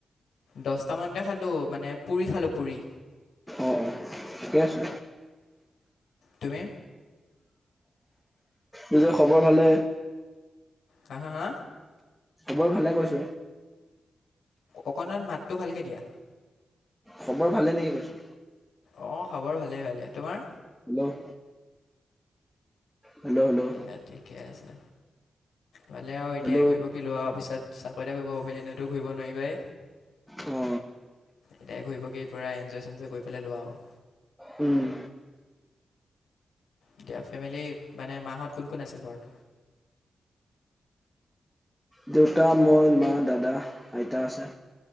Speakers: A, on the left; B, in the centre.
A: দহটামানতে খালো মানে পুৰি খালো পুৰি।
B: অ', অ'। ঠিকে আছে
A: তুমি?
B: নিজৰ খবৰ ভালে।
A: হা হা হা
B: খবৰ ভালে কৈছোঁ।
A: অকণমান মাতটো ভালকে দিয়া
B: খবৰ ভালে নেকি কৈছোঁ
A: অ খবৰ ভালেই ভালে তোমাৰ
B: হেল্ল' হেল্লো হেল্লো
A: দিয়া ঠিকে আছে ভালে আও এতিয়াই
B: হেল্ল'
A: ঘূৰিব লোৱাৰ পিছত চাকৰি তাকৰি কৰিব পাৰিলে এনেতো ঘূৰি নোৱাৰিবাই
B: অ
A: এতিয়াই ঘূৰি পকি পূৰা এঞ্জয় চেনজয় কৰি পেলাই লোৱা আও
B: উম
A: এতিয়া ফেমিলি মানে মাহঁত কোন কোন আছে ঘৰত
B: দেউতা মই মা দাদা আইতা আছে